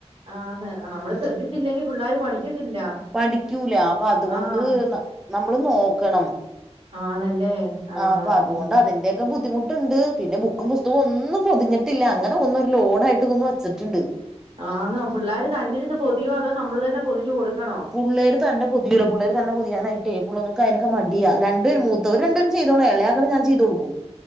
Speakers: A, on the right; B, in the centre.
A: ആന്ന് നമ്മള് ശ്രദ്ധിച്ചില്ലെങ്കി പിള്ളേർ പഠിക്കത്തില്ല
B: പഠിക്കൂല അപ്പ അതുകൊണ്ട്
A: ആഹ്.
B: നമ്മള് നോക്കണം
A: ആണല്ലേ ആഹ്.
B: ആ അപ്പ അതുകൊണ്ട്
A: ഉം.
B: അതിന്റൊക്കെ ബുദ്ധിമു് ണ്ട് പിന്നെ ബുക്കും പുസ്തകം ഒന്നും പൊതിഞ്ഞിട്ടില്ല അങ്ങനെ ഒന്നും ഒരു ലോഡ ആയിട്ട് ഒന്നും വച്ചിട്ടുണ്ട്
A: ആന്നോ പിള്ളോര് തന്നിരുന്ന് പൊതിയോ അതോ നമ്മള് തന്നെ പൊതിഞ്ഞു കൊടുക്കണോ
B: പുള്ളേര് തന്നെ പതിയല്ല പുള്ളേര് തെൊതിയാനായിട്ടേ പുള്ളങ്ങൾക്ക് അതിനൊക്കെ മടിയാ രണ്ടേ രണ്ടും ചെയതോളാം എളയാക്കെ ഞൻ ചെയ്തുടുക്കും